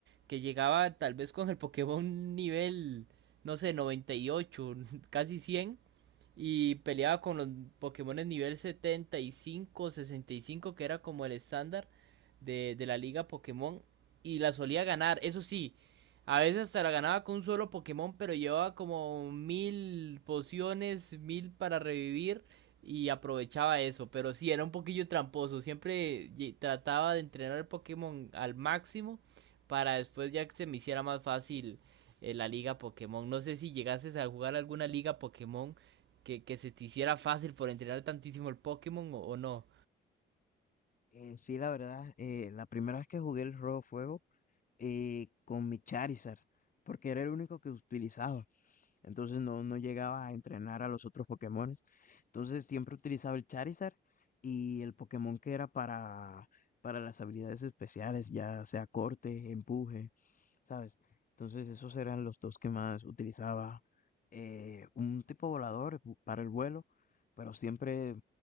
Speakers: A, on the right; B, on the left.
A: que llegaba tal vez con el Pokémon nivel, no sé, 98, <laughs> casi 100, y peleaba con los Pokémon en nivel 75 o 65, que era como el estándar de, de la liga Pokémon, y la solía ganar, eso sí. A veces hasta la ganaba con un solo Pokémon, pero llevaba como mil pociones, mil para revivir y aprovechaba eso. Pero sí, era un poquillo tramposo. Siempre trataba de entrenar el Pokémon al máximo para después ya que se me hiciera más fácil eh, la liga Pokémon. No sé si llegases a jugar alguna liga Pokémon que, que se te hiciera fácil por entrenar tantísimo el Pokémon o, o no.
B: Eh, sí, la verdad, eh, la primera vez que jugué el Rojo Fuego eh, con mi Charizard, porque era el único que utilizaba. Entonces no, no llegaba a entrenar a los otros Pokémones. Entonces siempre utilizaba el Charizard y el Pokémon que era para, para las habilidades especiales, ya sea corte, empuje, ¿sabes? Entonces esos eran los dos que más utilizaba. Eh, un tipo volador bu- para el vuelo, pero siempre,